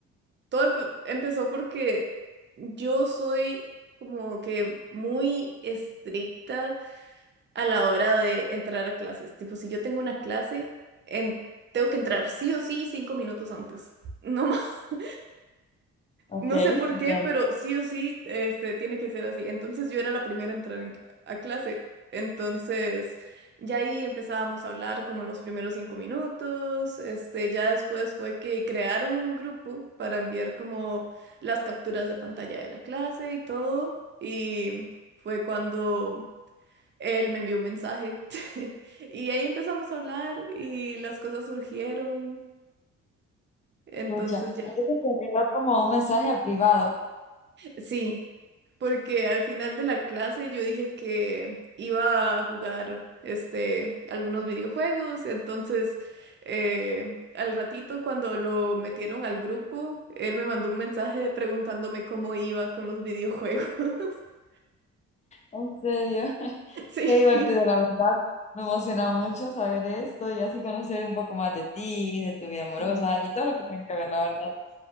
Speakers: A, on the right (about 35°); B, on the left (about 25°).
A: todo empe- empezó porque yo soy como que muy estricta a la hora de entrar a clases. Tipo, si yo tengo una clase, en- tengo que entrar sí o sí cinco minutos antes. No más. <laughs>
B: Ok,
A: No sé por
B: entiendo.
A: qué, pero sí o sí, este, tiene que ser así. Entonces yo era la primera a entrar en- a clase. Entonces, ya ahí empezábamos a hablar como los primeros cinco minutos. Este, ya después fue que crearon un grupo para enviar como las capturas de pantalla de la clase y todo. Y fue cuando él me envió un mensaje <laughs> y ahí empezamos a hablar y las cosas surgieron. Entonces
B: escucha,
A: ya,
B: entonces te envió como un mensaje al privado.
A: sí, porque al final de la clase yo dije que iba a jugar este, algunos videojuegos. Entonces, eh, al ratito cuando lo metieron al grupo, él me mandó un mensaje preguntándome cómo iba con los videojuegos. <laughs>
B: En serio, <laughs>
A: Sí,
B: qué divertido, la verdad. Me emociona mucho saber esto y así conocer un poco más de ti, de tu vida amorosa
A: sí,
B: y todo lo que tenga que ver, la verdad.